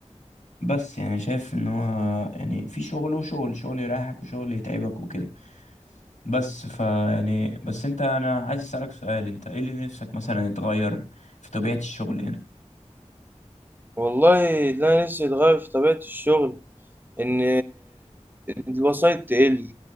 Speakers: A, on the left; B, on the right.
A: بس يعني شايف ان هو يعني في شغل وشغل شغل يريحك وشغل يتعبك وكده بس ف يعني بس انت انا عايز اسالك سؤال انت ايه اللي نفسك مثلا يتغير في طبيعة الشغل هنا
B: والله ده نفسي يتغير في طبيعة الشغل ان الوسايط تقل